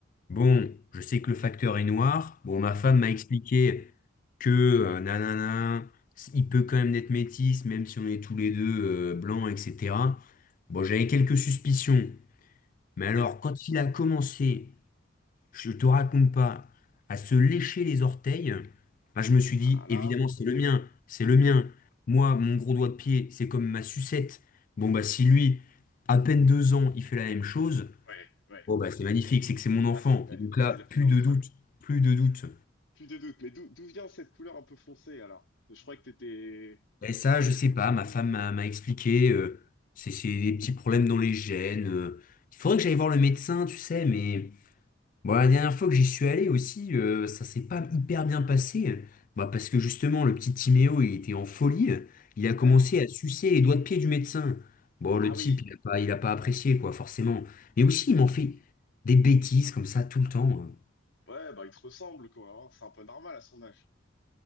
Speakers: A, on the left; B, on the left.
A: bon, je sais que le facteur est noir. Bon, ma femme m'a expliqué que, euh, nanana, il peut quand même être métis, même si on est tous les deux euh, blancs, etc. Bon, j'avais quelques suspicions. Mais alors,
B: oui.
A: quand il a commencé je te raconte pas, à se lécher les orteils, bah, je me suis
B: Ah
A: dit,
B: là,
A: évidemment, c'est le mien, c'est le mien. Moi, mon gros doigt de pied, c'est comme ma sucette. Bon, bah, si lui, à peine deux ans, il fait la même chose,
B: ouais, ouais.
A: bon, bah, c'est magnifique, c'est que c'est mon enfant.
B: Là, c'est ouais,
A: Et donc là,
B: c'est
A: plus
B: la plus grande
A: de
B: preuve.
A: doute, plus de doute.
B: Plus de doute. Mais d'où d'où vient cette couleur un peu foncée alors? Je crois que t'étais, je
A: Et ça,
B: crois que
A: je sais
B: t'étais
A: pas,
B: bien
A: ma
B: blanc.
A: femme m'a m'a expliqué, euh, c'est c'est des petits problèmes dans les gènes. euh. il faudrait que j'aille voir le médecin, tu sais, mais. Bon, la dernière fois que j'y suis allé aussi, euh, ça s'est pas hyper bien passé. Bah, parce que justement, le petit Timéo, il était en folie. Il a commencé
B: Ouais?
A: à sucer les doigts de pied du médecin. Bon,
B: Ah
A: le type,
B: oui.
A: il a pas, il a pas apprécié, quoi, forcément. Mais aussi, il m'en fait des bêtises comme ça tout le temps. hein.
B: Ouais, bah il te ressemble quoi. hein. C'est un peu normal à son âge.